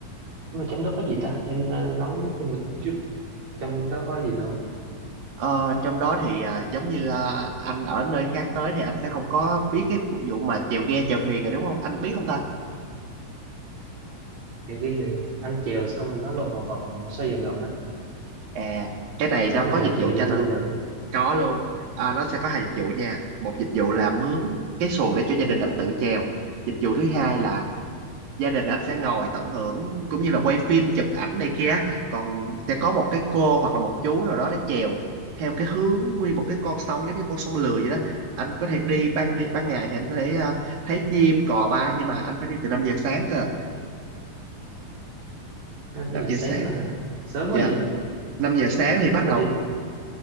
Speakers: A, on the right; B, on the right.
A: nhưng mà trong đó có gì ta em ờ, nói thêm một chút trong đó có gì đâu
B: Ờ, trong đó thì ờ, giống như ờ, anh ở nơi khác tới thì anh sẽ không có biết cái vụ mà chèo ghe chèo thuyền rồi đúng không anh biết không ta
A: kiểu kia thì anh chèo xong rồi nó lộ một vòng xoay vòng vòng ấy
B: à cái này
A: có
B: nó
A: người
B: có dịch
A: nào chịu
B: vụ cho
A: giùm
B: anh luôn
A: anh được
B: Có luôn. À, nó sẽ có hai dịch vụ nha. Một dịch vụ là mướn cái xuồng để cho gia đình anh tự chèo. Dịch vụ thứ hai là gia đình anh sẽ ngồi tận hưởng cũng như là quay phim, chụp ảnh này kia. á. Còn sẽ có một cái cô hoặc là một chú nào đó để chèo theo cái hướng nguyên một cái con sông giống như con sông lười vậy đó. Anh có thể đi ban đi, ban ngày thì anh có thể ờ, thấy chim cò bay nhưng mà anh phải đi từ 5 giờ sáng cơ.
A: 5
B: 5
A: giờ
B: giờ
A: sáng
B: sáng.
A: là sớm
B: Dạ.
A: quá vậy
B: 5 giờ sáng thì bắt
A: nếu mà
B: đầu.
A: đi